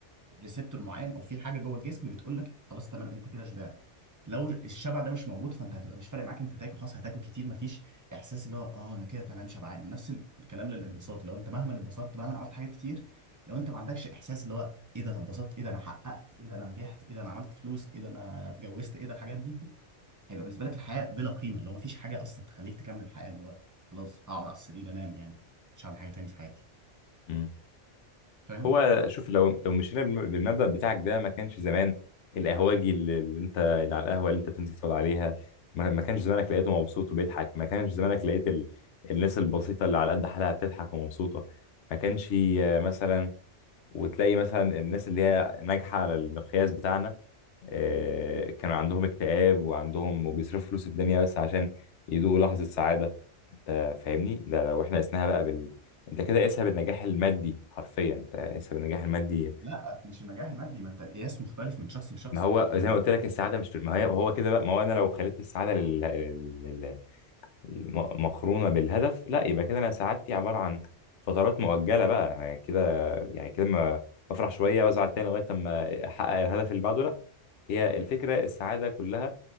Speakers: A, on the right (about 25°); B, on the left (about 75°).
A: ريسبتور معين او في حاجه جوه الجسم بتقول لك خلاص تمام انت كده شبعت لو الشبع ده مش موجود فانت هتبقى مش فارق معاك انت تاكل خلاص هتاكل كتير مفيش احساس اللي هو اه انا كده تمام شبعان نفس الكلام للانبساط لو انت مهما انبسطت مهما عملت حاجات كتير لو انت ما عندكش احساس اللي هو ايه ده انا انبسطت ايه ده انا حققت ايه ده انا نجحت ايه ده انا عملت فلوس ايه ده انا اتجوزت ايه ده الحاجات دي هيبقى بالنسبه لك الحياه بلا قيمه اللي هو مفيش حاجه اصلا تخليك تكمل الحياه اللي هو خلاص هقعد على السرير انام يعني مش هعمل حاجه تاني في حياتي
B: مم.
A: فاهم
B: هو شوف لو لو مشينا بالم- بالمبدأ بتاعك ده ما كانش زمان القهوجي اللي اللي انت اللي على القهوة اللي انت بتنزل تقعد عليها ما ما كانش زمانك لقيته مبسوط وبيضحك ما كانش زمانك لقيت ال... الناس البسيطة اللي على قد حالها بتضحك ومبسوطة ما كانش آه، مثلا وتلاقي مثلا الناس اللي هي ناجحة على المقياس بتاعنا آه، كان عندهم اكتئاب وعندهم وبيصرفوا فلوس الدنيا بس عشان يدوقوا لحظة سعادة انت فاهمني ده لو احنا قسناها بقى بال انت كده قيسها بالنجاح المادي حرفيا انت قيسها بالنجاح المادي
A: لا مش النجاح المادي ما انت القياس مختلف من شخص لشخص
B: ما هو
A: يعني
B: زي ما قلت لك السعادة مش في ما هي هو كده بقى ما هو انا لو خليت السعادة لل... لل... لل... الم- مقرونة بالهدف لا يبقى كده انا سعادتي عبارة عن فترات مؤجلة بقى انا كده يعني كده ما بفرح شوية وازعل تاني لغاية اما احقق الهدف اللي بعده هي الفكره السعاده كلها